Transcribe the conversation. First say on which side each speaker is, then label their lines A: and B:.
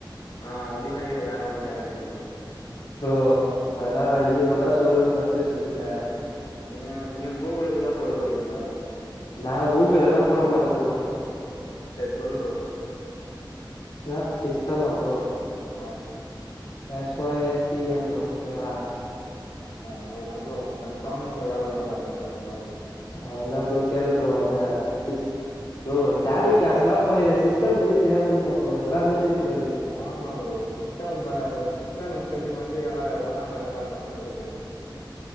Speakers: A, on the left; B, on the left.
A: ஆ அப்டினா இரு வேற ஒன்னு கேக்குறே இருங்க ப்ரோ
B: ப்ரோ அதலா இல்ல நா இது மட்டு தா சொல்லுவேணு ஃபஸ்ட்டே சொல்ட்டே
A: ஏ நீங்க கூகுலுள போயிதா போட சொல்வீங்களா
B: நா கூகுள்ல்லா போட மாட்டே ப்ரோ
A: சரி சொல்லு ப்ரோ
B: என்னா சிஸ்டமா ப்ரோ
A: ஆ
B: X Y X T M bro okay வா
A: உங்களதா ப்ரோ கன்ஃபார்ம் உங்க வேல வாங்குறோ கம்பெனில வா ப்ரோ
B: அவ்வளதா ப்ரோ கேளு ப்ரோ வந்தறே சிஸ் ப்ரோ டேலி க்ளாஸ்லா போயிருக்கே சிஸ்டம் பத்தி தெரியாம இருக்குமா ப்ரோ எல்லாமே தெரியு ஃப்ரோ எனக்கு
A: ஆமா ஃப்ரோ சிஸ்டம் பா சிஸ்டம் ஸ்பெல்லிங் வந்து எல்லா ஒன்னாவது ரெண்டாவது பசங்களுக்கு கூட தெரியும் ப்ரோ